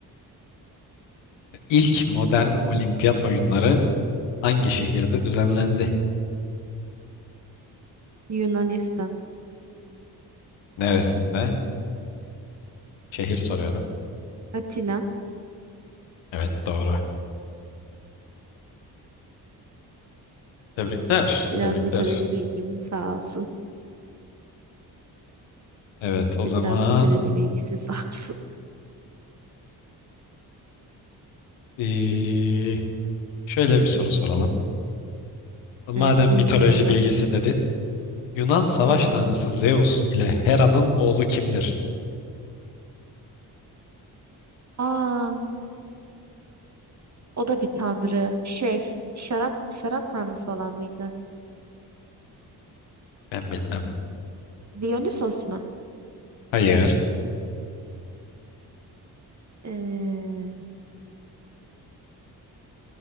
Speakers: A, on the left; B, on the right.
A: ilk modern olimpiyat oyunları hangi şehirde düzenlendi?
B: Yunanistan.
A: Neresinde? Şehir soruyorum.
B: Atina.
A: Evet doğru. Tebrikler.
B: Biraz
A: Tebrikler.
B: mitoloji bilgim sağ olsun.
A: Evet
B: İşte
A: o zaman
B: biraz mitoloji bilgisi sağ olsun. <laughs>
A: ee, şöyle bir soru soralım. Madem
B: Evet dinliyorum.
A: mitoloji bilgisi dedin. Yunan savaş
B: Tamam.
A: tanrısı Zeus ile Hera'nın oğlu kimdir?
B: Aa, o da bir tanrı. Şey, şarap şarap tanrısı olan mıydı?
A: Ben bilmem.
B: Dionysos mu?
A: Hayır.
B: Ee,